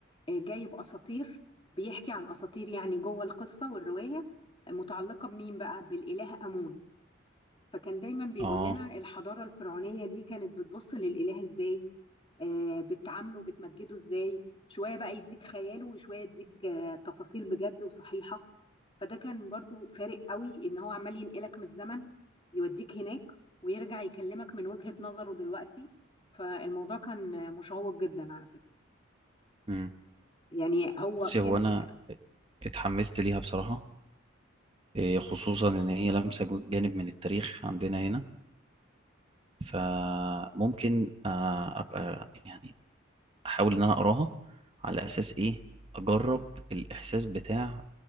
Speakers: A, on the left; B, on the right.
A: آه، جايب اساطير بيحكي عن اساطير يعني جوه القصه والروايه آه، متعلقه بمين بقى بالاله امون فكان دايما بيقول
B: آه
A: لنا الحضاره الفرعونيه دي كانت بتبص للاله ازاي آه، بتعامله بتمجده ازاي شويه بقى يديك خياله وشويه يديك آه، تفاصيل بجد وصحيحه فده كان برضو فارق قوي ان هو عمال ينقلك من الزمن يوديك هناك ويرجع يكلمك من وجهة نظره دلوقتي فالموضوع كان مشوق جدا على فكرة
B: مم.
A: يعني هو
B: بصي
A: كان
B: هو
A: في
B: أنا
A: الأس-
B: اتحمست ليها بصراحة إيه، خصوصا إن هي لمسة جانب من التاريخ عندنا هنا فممكن آه، ابقى يعني احاول ان انا اقراها على اساس ايه اجرب الاحساس بتاع